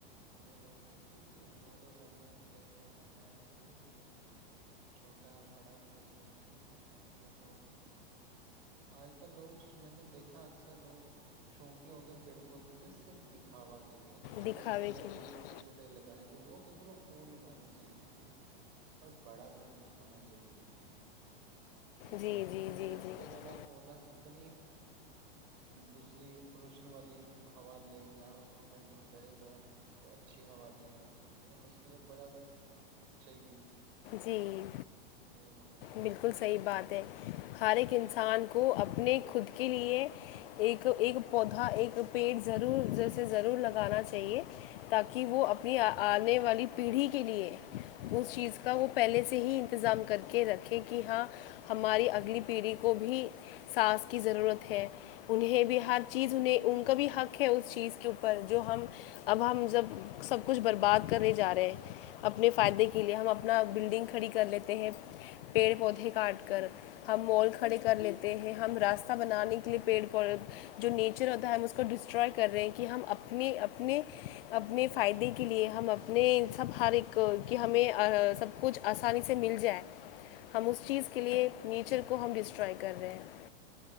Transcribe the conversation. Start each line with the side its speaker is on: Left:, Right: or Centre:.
Right: یہ بات ہے کہ یہ ہمارے علاقے میں پیڑ پودا ہے کوئی بھی ہے چھوٹا بڑا پیڑ پودا ہے بس لگاؤ سی آج کل لوگ میں نے دیکھا اکثر لوگ شوقی ہو گئے پیڑ پودوں کے صرف دکھاوا <unintelligible> گلدستے
Left: دکھاوے
Right: لیں
Left: کے لیے
Right: گے چھوٹے چھوٹے لگائیں گے وہ تو چلو پھول لگانے چاہیے ٹھیک ہے پر بڑا درخت ہونا ضروری ہے
Left: جی
Right: ہ
Left: جی
Right: گلدستے
Left: جی جی
Right: والا پودا کتنی دوسری پولوشن والی ہوا لے گا اس کو فلٹر کرے گا تو اچھی ہوا دے گا ٹھیک ہے نا اس کے لیے بڑا تھا چاہیے
Left: جی
Right: یہ بات ہوتی
Left: بالکل
Right: ہے
Left: صحیح بات ہے ہر ایک
Right: ہ
Left: انسان کو کو اپنے خود کے لیے ایک ایک پودا ایک پیڑ ضرور جیے ضرور لگانا چاہیے تاکہ وہ اپنی آنے والی پیڑھی کے لیے اس چیز کا وہ پہلے سے ہی انتظام کر کے رکھیں کہ ہاں ہماری اگلی پیڑھی کو بھی سانس کی ضرورت ہے انہیں بھی ہر چیز انہیں ان کا بھی حق ہے اس چیز کے اوپر جو ہم اب ہم جب سب کچھ برباد کرنے جا رہے ہیں اپنے فائدے کے لیے ہم اپ اپنا بلڈنگ کھڑی کر لیتے ہیں پیڑ پودے کاٹ کر ہم مال کھڑے کر لیتے ہیں ہم راستہ بنانے کے لیے پیڑ پودے جو نیچر ہوتا ہے ہم اس کو ڈسٹرائے کر رہے ہیں کہ ہم اپنے اپنے اپنے فائدے کے لیے ہم اپنے سب ہر ایک کے ہمیں سب کچھ آسانی سے مل جائے ہم اس چیز کے لیے نیچر کو ہم ڈسٹرائے کر رہے ہیں